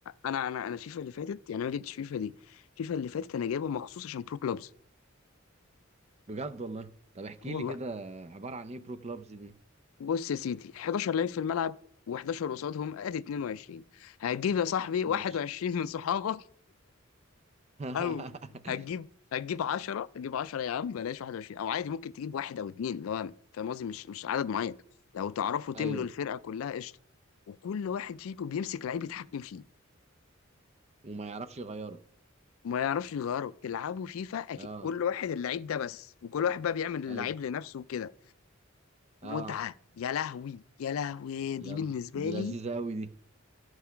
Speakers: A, on the left (about 80°); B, on the right (about 30°).
A: انا انا انا فيفا اللي فاتت يعني أنا ما جبتش فيفا دي فيفا اللي فاتت انا جايبها مخصوص عشان برو كلوبز
B: بجد والله طب احكي
A: والله
B: لي كده عبارة عن ايه برو كلابز دي
A: بص يا سيدي 11 لعيب في الملعب و11 قصادهم ادي 22 هتجيب يا صاحبي 21
B: ماشي
A: من صحابك
B: <laughs>
A: او هتجيب هتجيب 10 هتجيب 10 يا عم بلاش 21 او عادي ممكن تجيب واحد او اتنين اللي هو فاهم قصدي مش مش عدد معين لو تعرفوا تملوا
B: ايوه
A: الفرقه كلها قشطه وكل واحد فيكم بيمسك لعيب يتحكم فيه
B: وما يعرفش يغيره
A: ما يعرفش يغيره تلعبوا فيفا أكيد
B: اه
A: كل واحد اللعيب ده بس وكل واحد بقى بيعمل اللعيب
B: ايوه
A: لنفسه وكده
B: اه
A: متعة يا لهوي يا لهوي
B: يلا
A: دي بالنسبة
B: دي
A: لي
B: لذيذة قوي دي